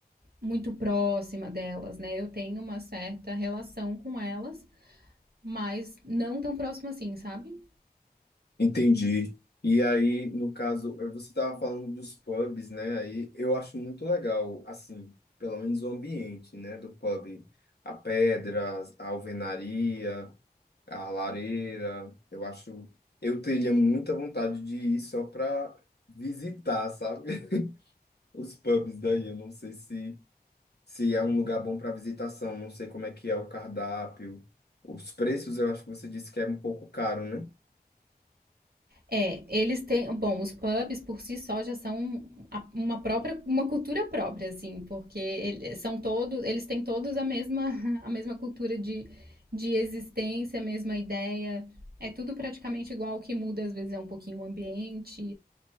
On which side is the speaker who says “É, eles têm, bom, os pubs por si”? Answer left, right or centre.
Right